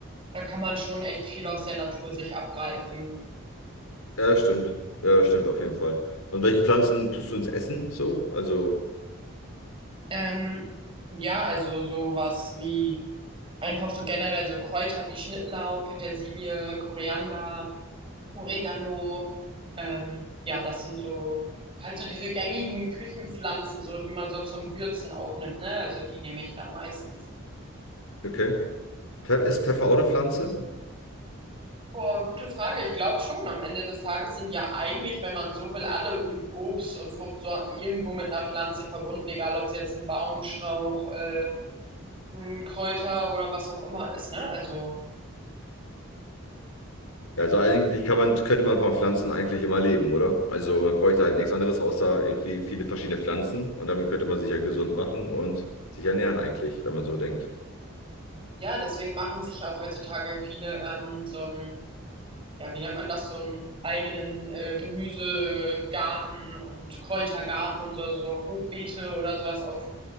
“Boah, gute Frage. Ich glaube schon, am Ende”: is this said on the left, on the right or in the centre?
Right